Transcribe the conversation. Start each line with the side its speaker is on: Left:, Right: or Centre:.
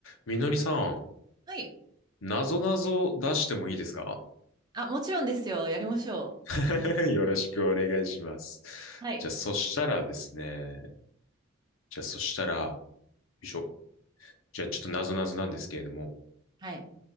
Left: みのりさん、
Right: はい。
Left: なぞなぞ出してもいいですか
Right: あ、もちろんですよ。やりましょう。
Left: <laughs>
Right: 面白そうですね。
Left: よろしくお願いします。
Right: はい。
Left: じゃあ、そしたらですね、じゃあ、そしたら、よいしょ。じゃあ、ちょっとなぞなぞなんですけれども、
Right: はい。